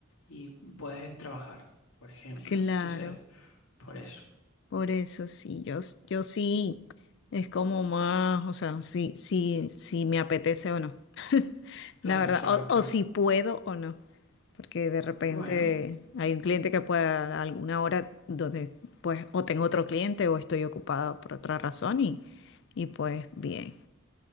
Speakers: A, on the left; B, on the left.
A: y puedes trabajar, por ejemplo.
B: claro.
A: Entonces, por eso.
B: Por eso sí, yo, s- yo sí, es como más, o sea, sí, sí, sí me apetece o no, <laughs>
A: Claro,
B: la verdad,
A: claro,
B: o,
A: claro.
B: o si puedo o no, porque de repente
A: Bueno,
B: hay un cliente que pueda a alguna hora donde pues o tengo otro cliente o estoy ocupada por otra razón y, y pues bien,